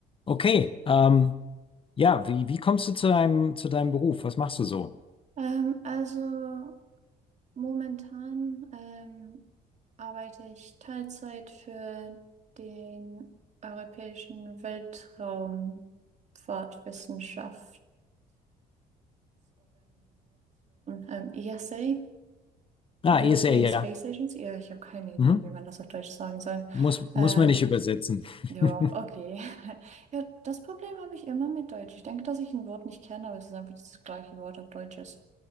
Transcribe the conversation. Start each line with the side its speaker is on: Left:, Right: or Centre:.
Left: Okay, ähm, ja, wie, wie kommst du zu deinem, zu deinem Beruf? Was machst du so?
Right: Ähm, also momentan ähm, arbeite ich Teilzeit für den Europäischen Weltraumfahrtwissenschaftsorganisation, ähm, ESA,
Left: Ah,
Right: European
Left: ESL,
Right: Space
Left: ja.
Right: Agency. Ja, ich habe keine Idee,
Left: Mhm.
Right: wie man das auf Deutsch sagen soll.
Left: Muss,
Right: Ähm,
Left: muss man nicht übersetzen.
Right: ja,
Left: <laughs>
Right: okay. <laughs> Ja, das Problem habe ich immer mit Deutsch. Ich denke, dass ich ein Wort nicht kenne, aber es ist einfach das gleiche Wort auf Deutsch ist.